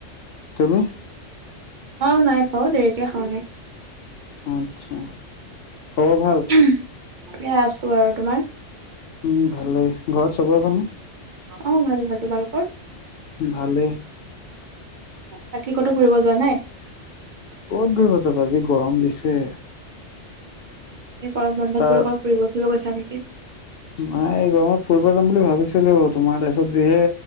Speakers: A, on the left (about 60°); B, on the right (about 50°).
A: তুমি
B: অ নাই খোৱা অ দেৰিকে খাও
A: আচ্ছা খবৰ ভাল
B: আমি <unintelligible> এ আছো আৰু তোমাৰ
A: উম ভালেই ঘৰত চবৰে ভালনে
B: অ' ভাল ভাল তোমালোকৰ
A: ভালে
B: বাকী কতো ফুৰিব যোৱা নাই
A: ক'ত ঘূৰিব যাবা যি গৰম দিছে
B: এই গৰমবন্ধত
A: তাৰ
B: কৰোবাত ফুৰিব- চুৰিব গৈছা নেকি
A: নাই এই গৰমত ফুৰিব যাম বুলি ভাবিছিলো তোমাৰ তাৰ পিছত যিহে